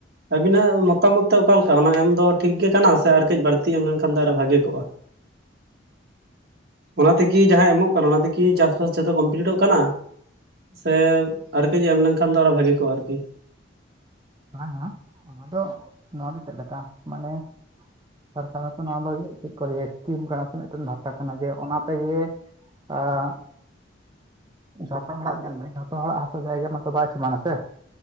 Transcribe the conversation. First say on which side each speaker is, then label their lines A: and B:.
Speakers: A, on the right; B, on the right.
A: ᱟᱵᱤᱱᱟᱜ ᱢᱚᱛᱟᱢᱚᱛ ᱛᱮ ᱚᱠᱟ ᱞᱮᱠᱟ ᱚᱱᱟ ᱮᱢ ᱫᱚ ᱴᱷᱤᱠ ᱜᱮ ᱠᱟᱱᱟ ᱥᱮ ᱟᱨ ᱠᱟᱹᱡ ᱵᱟᱹᱲᱛᱤ ᱮᱢ ᱞᱮᱱᱠᱷᱟᱱ ᱫᱚ ᱟᱨᱚ ᱵᱷᱟᱜᱮ ᱠᱚᱜᱼᱟ᱾
B: <inaudible>
A: ᱚᱱᱟ ᱛᱮᱠᱤ ᱡᱟᱦᱟᱸ ᱮᱢᱚᱜ ᱠᱟᱱᱟ ᱚᱱᱟ ᱛᱮᱠᱤ ᱪᱟᱥᱼᱵᱟᱥ ᱡᱚᱛᱚ ᱠᱚᱢᱯᱞᱤᱴᱚᱜ ᱠᱟᱱᱟ? ᱥᱮ ᱟᱨ ᱠᱟᱹᱡ ᱮᱢ ᱞᱮᱱᱠᱷᱟᱱ ᱫᱚ ᱟᱨᱚ ᱵᱷᱟᱹᱜᱤ ᱠᱚᱜᱼᱟ ᱟᱨᱠᱤ᱾
B: ᱵᱟᱝᱼᱟ ᱚᱱᱟ ᱫᱚ ᱱᱚᱣᱟ ᱫᱚ ᱪᱮᱜ ᱞᱮᱠᱟ ᱢᱟᱱᱮ, ᱥᱚᱨᱠᱟᱨᱚ ᱱᱚᱣᱟ ᱫᱚ ᱪᱤᱫ ᱠᱚ ᱞᱟᱹᱭᱟ ᱤᱥᱠᱤᱢ ᱠᱟᱱᱟ ᱥᱮ ᱢᱤᱫᱴᱮᱱ ᱵᱷᱟᱛᱟ ᱠᱟᱱᱟ, ᱡᱮ ᱚᱱᱟ ᱛᱮᱜᱮ ᱟ ᱡᱷᱚᱛᱚ ᱦᱚᱲᱟᱜ ᱧᱮᱞᱢᱮ ᱡᱷᱚᱛᱚ ᱦᱚᱲᱟᱜ ᱦᱟᱥ ᱡᱟᱭᱜᱟ ᱢᱟᱛᱚ ᱵᱟᱭ ᱥᱚᱢᱟᱱ ᱥᱮ᱾